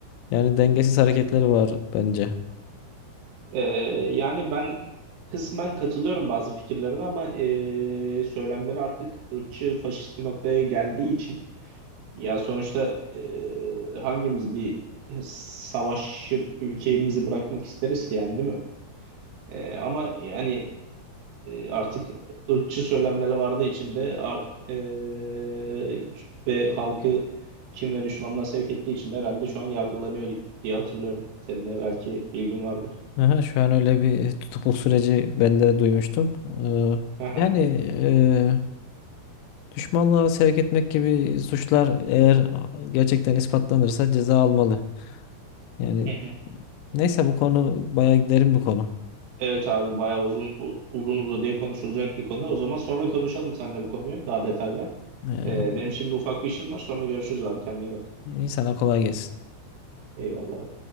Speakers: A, on the left; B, on the right.
A: Yani dengesiz hareketleri var bence.
B: E, yani ben kısmen katılıyorum bazı fikirlerine ama e, söylemleri artık ırkçı, faşist bir noktaya geldiği için ya sonuçta e, hangimiz bir savaşıp ülkemizi bırakmak isteriz ki yani değil mi? E, ama yani e, artık ırkçı söylemleri vardı içinde ar- e, ve halkı kim ve düşmanlığa sevk ettiği için de herhalde şu an yargılanıyor diye hatırlıyorum. Senin de belki bilgin vardır.
A: Aha, şu an öyle bir tutukluk süreci ben de duymuştum. Ee,
B: Aha.
A: yani e, düşmanlığa sevk etmek gibi suçlar eğer gerçekten ispatlanırsa ceza almalı. Yani
B: Hı hı.
A: neyse bu konu bayağı derin bir konu.
B: Evet abi bayağı uzun u- uzun uzadıya konuşulacak bir konu. O zaman sonra konuşalım seninle bu konuyu daha detaylı.
A: Ee,
B: E, benim şimdi ufak bir işim var. Sonra görüşürüz abi. Kendine iyi bak.
A: insana kolay gelsin.
B: Eyvallah.